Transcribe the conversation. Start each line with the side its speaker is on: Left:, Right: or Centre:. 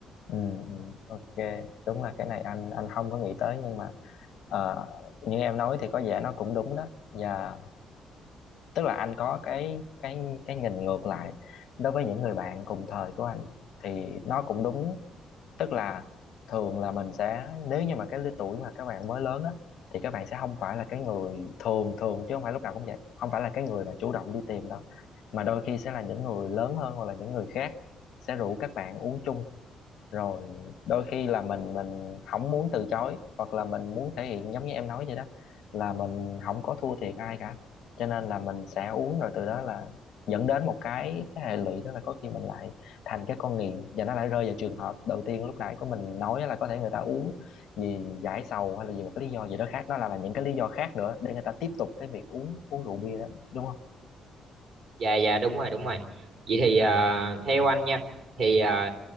Left: ừ ừ. ok đúng là cái này anh anh không có nghĩ tới nhưng mà ờ, như em nói thì có vẻ nó cũng đúng đó và tức là anh có cái cái cái nhìn ngược lại đối với những người bạn cùng thời của anh thì nó cũng đúng tức là thường là mình sẽ nếu như mà cái lứa tuổi mà các bạn mới lớn á thì các bạn sẽ không phải là cái người thường thường chứ không phải lúc nào cũng vậy không phải là cái người mà chủ động đi tìm đâu mà đôi khi sẽ là những người lớn hơn hoặc là những người khác sẽ rủ các bạn uống chung rồi đôi khi là mình mình không muốn từ chối hoặc là mình muốn thể hiện giống như em nói vậy đó là mình không có thua thiệt ai cả cho nên là mình sẽ uống rồi từ đó là dẫn đến một cái cái hệ lụy đó là có khi mình lại thành cái con nghiện và nó lại rơi vào trường hợp đầu tiên lúc nãy của mình nói là có thể người ta uống vì giải sầu hay là vì một cái lý do gì đó khác nó là, là những cái lý do khác nữa để người ta tiếp tục cái việc uống uống rượu bia đó đúng không
Right: dạ dạ đúng rồi đúng rồi vậy thì ờ, theo anh nha thì ờ,